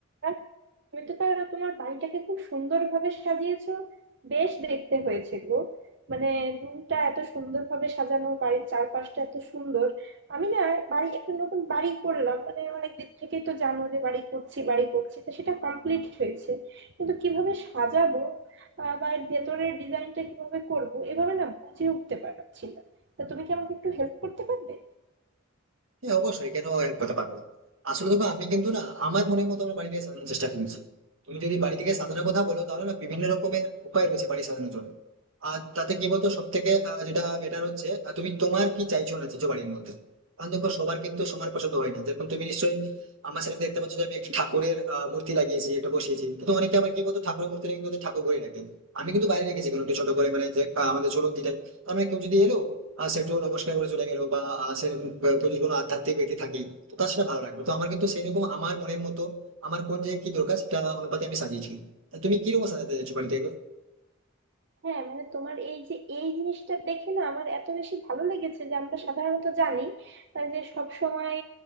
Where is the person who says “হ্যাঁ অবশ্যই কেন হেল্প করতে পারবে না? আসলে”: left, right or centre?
Right